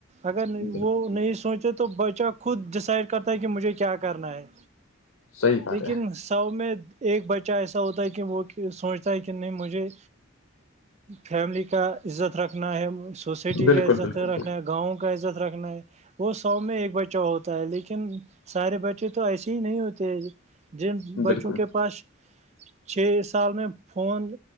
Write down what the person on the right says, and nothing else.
اگر
وہ
نہیں سوچے تو بچہ خود ڈیسائڈ کرتا ہے کہ مجھے کیا کرنا ہے
لیکن
سو میں ایک بچہ ایسا ہوتا ہے کہ وہ سوچتا ہے کہ نہیں مجھے فیملی کا عزت رکھنا ہے سوسائٹی
کا عزت
رکھنا ہے گاؤں کا کا عزت رکھنا ہے وہ سو میں ایک بچہ ہوتا ہے لیکن سارے بچے تو ایسے ہی نہیں ہوتے جن بچوں
کے پاس چھ سال میں فون